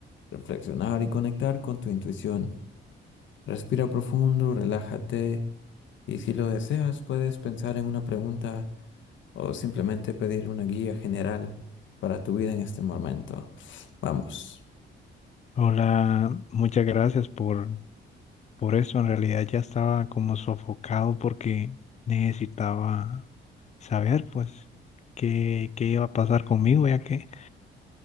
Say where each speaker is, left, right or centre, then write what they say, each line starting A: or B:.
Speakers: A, on the left (about 70°); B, on the left (about 35°).
A: reflexionar y conectar con tu intuición. Respira profundo, relájate y si lo deseas, puedes pensar en una pregunta o simplemente pedir una guía general para tu vida en este momento. Vamos.
B: Hola, muchas gracias por, por eso. En realidad ya estaba como sofocado porque necesitaba saber pues qué, qué iba a pasar conmigo, ya que